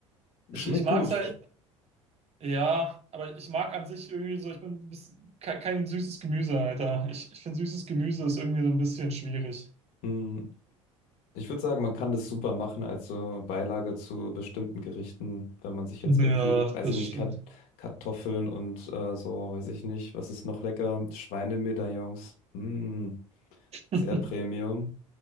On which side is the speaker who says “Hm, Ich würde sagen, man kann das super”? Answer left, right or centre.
Left